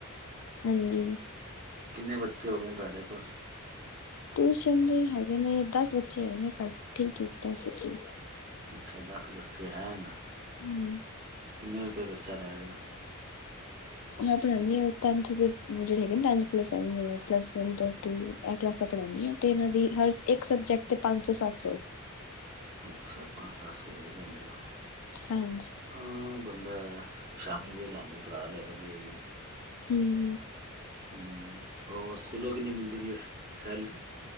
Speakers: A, on the left; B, on the right.
A: ਹਾਂਜੀ।
B: ਕਿੰਨੇ ਬੱਚੇ ਹੋ ਗਏ ਨੇ। ਤੁਹਾਡੇ ਕੋਲ?
A: ਟਿਊਸ਼ਨ ਦੇ ਹੈਗੇ ਨੇ ਦਸ ਬੱਚੇ ਹੈਗੇ ਨੇ। ਘੱਟ ਠੀਕ-ਠੀਕ ਦਸ ਬੱਚੇ।
B: ਅੱਛਾ ਦਸ ਬੱਚੇ ਹੈ ਨ।
A: ਹਮ।
B: ਮੈਂ ਬੱਚਾ ਲੈ ਰਿਹਾ ਹੈ।
A: ਉਹ ਮੈਂ ਆਪਣਾਉਂਦੀ ਆਂ ਤਨਥ ਦੇ ਜਿਹੜੇ ਹੈਗੇ ਤਨਥ ਪਲਸ ਵਨ ਪਲਸ ਦੇ। ਤੂੰ ਇਹ ਕਲਾਸਾਂ ਪੜ੍ਹਾਉਂਦੀ ਆ। ਤੇ ਇਹਨਾਂ ਦੀ ਹਰ ਇੱਕ ਸਬਜੈਕਟ ਤੇ ਪੰਜ ਸੌ ਸੱਤ ਸੌ।
B: ਅੱਛਾ ਪੰਜ ਸੱਤ ਸੌ ਵੀ ਲੈਂਦੇ ਹੋ।
A: ਹਾਂਜੀ।
B: ਹਾਂ ਬੰਦਾ ਸ਼ਾਮੀ ਵੇਹ ਲ ਆਉਂਦਾ ਪੜਾਅ ਲੈ ਵਧੀਆ ਈਏ।
A: ਹਮ।
B: ਹਮ ਰ ਸਕੂਲੋਂ ਕਿੰਨੀ ਮਿਲਦੀ ਪਈ ਸੈਲਰੀ।